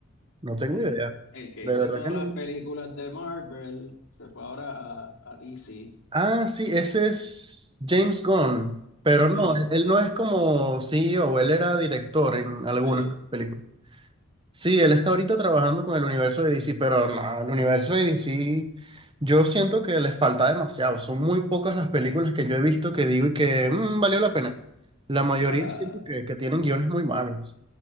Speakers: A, on the right; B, on the left.
A: no tengo
B: El,
A: idea.
B: el que
A: De
B: hizo
A: verdad
B: todas
A: que no.
B: las películas de Marvel se fue ahora a, a DC.
A: Ah, sí, ese es James Gunn, pero
B: Ese
A: no,
B: es mi,
A: él no es como C E o él era director en alguna
B: sí.
A: película. Sí, él está ahorita trabajando con el universo de DC, pero no, el universo de DC, yo siento que les falta demasiado. Son muy pocas las películas que yo he visto que digo y que "Mm, valió la pena. La mayoría
B: Bueno, la,
A: siento que, que tienen guiones muy malos.